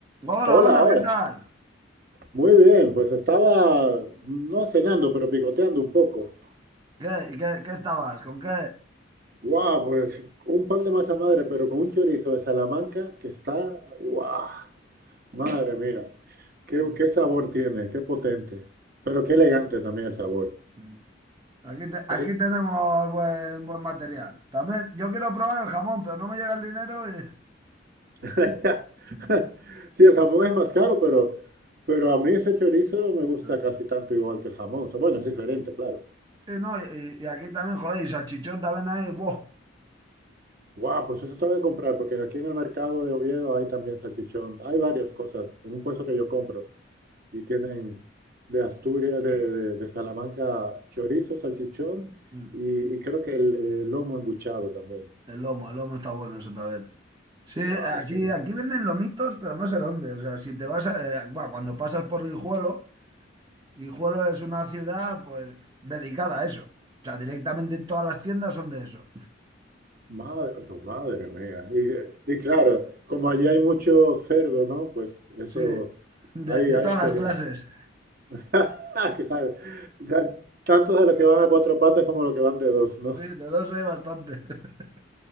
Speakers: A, on the right; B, on the right.
A: Hola,
B: Hola,
A: buenas,
B: hola.
A: ¿qué tal?
B: Muy bien, pues estaba no cenando, pero picoteando un poco.
A: ¿Qué, qué, qué estabas? ¿Con qué?
B: ¡Guau! Pues un pan de masa madre, pero con un chorizo de Salamanca que está. ¡Guau! Madre mía. Qué,
A: Sí,
B: qué sabor tiene, qué potente. Pero qué
A: sí.
B: elegante también el sabor.
A: sí. Aquí, te- aquí
B: Así-
A: tenemos buen, buen material. También, yo quiero probar el jamón, pero no me llega el dinero y...
B: <laughs>
A: <laughs>
B: Sí, el jamón es más caro, pero, pero a mí ese chorizo me gusta
A: Sí,
B: casi tanto igual que el jamón. O sea, Bueno, es diferente, claro.
A: Sí, no, y, y aquí también, joder, y salchichón también hay, ¡buah!
B: Guau, pues eso tengo que comprar, porque aquí en el mercado de Oviedo hay también salchichón. Hay varias cosas en un puesto que yo compro. Y tienen de Asturias, de, de- de Salamanca, chorizo, salchichón
A: Mm.
B: y, y creo que el, eh, lomo embuchado también.
A: El lomo, el lomo está bueno eso también. Sí, aquí,
B: Guau, sí.
A: aquí venden lomitos, pero no sé dónde. O sea, si te vas a- eh, buah, cuando pasas por Guijuelo, Guijuelo es una ciudad pues dedicada a eso. O sea, directamente todas las tiendas son de eso.
B: Madre, oh, madre mía. Y, eh, y claro, como allí hay mucho cerdo, ¿no? Pues eso,
A: Sí, de,
B: hay,
A: de
B: hay
A: todas
B: experiencia.
A: las clases.
B: <laughs> Claro. Tan- Tanto de los que van a cuatro patas como los que van de dos, ¿no?
A: Sí, de dos hay bastante. <laughs>